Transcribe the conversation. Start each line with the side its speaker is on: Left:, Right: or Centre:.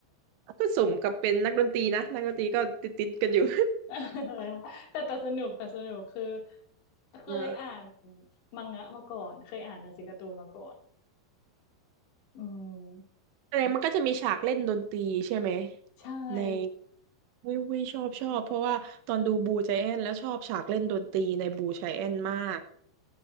Right: ก็สมกับเป็นนักดนตรีนะนักดนตรีก็ติดติดกันอยู่
Left: <laughs> เออแต่แต่สนุกแต่สนุกคือ
Right: <laughs>
Left: เคยอ่าน
Right: อ่า
Left: มังงะมาก่อนเคยอ่านหนังสือการ์ตูนมาก่อนอืม
Right: แสดงมันก็จะมีฉากเล่นดนตรีใช่ไหม
Left: ใช่
Right: ในวิววิชอบชอบเพราะว่าตอนดูบูใจแอนแล้วชอบฉากเล่นดนตรีในบูใจแอนมาก